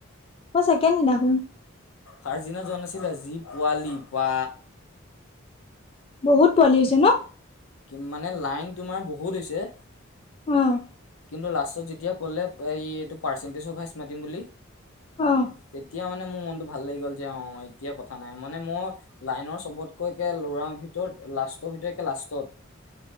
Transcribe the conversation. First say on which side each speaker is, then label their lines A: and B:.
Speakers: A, on the left; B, on the left.
A: মই চেকেণ্ড দিনা খন
B: ফাৰ্ষ্ট দিনা যোৱা নাছিলি যি পোৱালি পা
A: বহুত পোৱালি হৈছে ন
B: কি মানে লাইন তোমাৰ বহুত হৈছে
A: উম
B: কিন্তু লাষ্টত যেতিয়া ক'লে এই এইটো পাৰ্চেন্টেজ অ মাতিম বুলি
A: অ
B: তেতিয়া মানে মে মোৰ মনতটো ভাল লাগি গ'ল যে অ এতিয়া কথা নাই মানে মই লাইনৰ চবতকৈ কে ল'ৰাৰ ভিতৰত লাষ্টৰ ভিতৰতে লাষ্টত